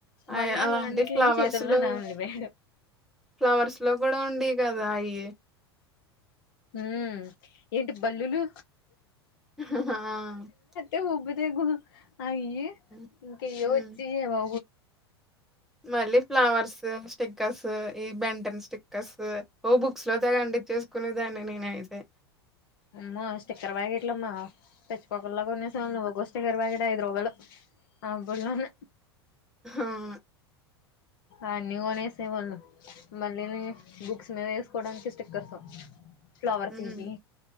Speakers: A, in the centre; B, on the left (about 55°).
A: అ
B: మళ్ళీ అన్నిటిని
A: అలాంటి ఫ్లవర్స్
B: చేతుల్లో
A: లో
B: నాగలి వేయడం
A: ఫ్లవర్స్ లో కూడా ఉండి కదా అయ్యి
B: మ్ ఏంటి బల్లులు
A: ఆ
B: ఏ ఉబ్బతే గు అయి
A: హ్మ్.
B: ఇంకయ
A: హ్మ్.
B: వచ్చి ఏవో
A: మళ్ళీ ఫ్లవర్స్ స్టిక్కర్స్ ఈ బెంటన్ స్టిక్కర్స్ ఓ బుక్స్ లో తగండి. చేసుకునేదాన్ని నేను అయితే
B: అమ్మో స్టిక్కర్ అమ్మ పెట్టుకోగల కొనేశాం నువ్ గో స్టిక్కర్ బ్యాలెట్ ఐదురూవలు ఆబుళన్న
A: అవును.
B: అన్ని కొన్సేవాళ్ళం మళ్ళీ ని బుక్స్ మీద ఏస్కోడానికి స్టిక్కర్స్ ఫ్లవర్స్
A: హ్మ్.
B: ఇవి